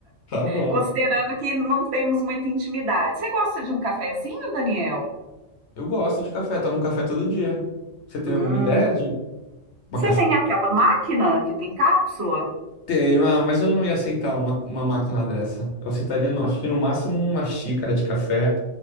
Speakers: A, on the left; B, on the right.
A: <laughs> Tá bom.
B: considerando que não temos muita intimidade. Você gosta de um cafezinho, Daniel?
A: Eu gosto de café, tomo café todo dia. Você tem
B: Hum,
A: alguma ideia de uma
B: você
A: café?
B: tem aquela máquina que tem cápsula?
A: Tenho, ah, mas eu não ia aceitar uma, uma máquina dessa. Eu aceitaria, no- acho que no máximo uma xícara de café,